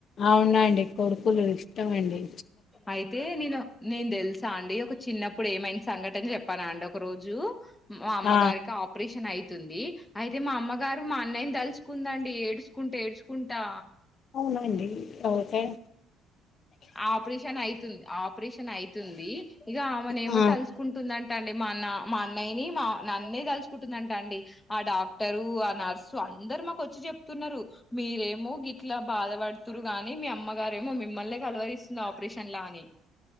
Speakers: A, on the left (about 55°); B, on the left (about 20°).
A: అవునండి కొడుకులు ఇష్టమండి
B: అయితే నేను నేను తెలుసా అండి ఒక చిన్నప్పుడు ఏమై సంఘటన చెప్పాను అండి ఒక రోజు మా అమ్మగారికి
A: ఆ!
B: ఆపరేషన్ అయి తుంది అయితే మా అమ్మగారు మా అన్నయ్యని తలుచుకుందండి ఏడుసుకుంటే ఏడుసుకుంటా
A: అవునండి అవకాయ్
B: ఆపరేషన్ ఐతుంది ఆపరేషన్ ఐతుంది ఇగ ఆమనేమో
A: ఆ!
B: తలుసుకుంటుందం టండి మాన్న మా అన్నయ్యని మా నన్నే కలుసుకుంటుందంట అండి ఆ డాక్టరు ఆ నర్సు అందరు మాకు వచ్చి చెప్తున్నారు మీరేమో గిట్లా బాధపడుతురు కానీ మీ అమ్మగారేమో మిమ్మల్నే కలవరిస్తుంది ఆపరేషన్ లా అని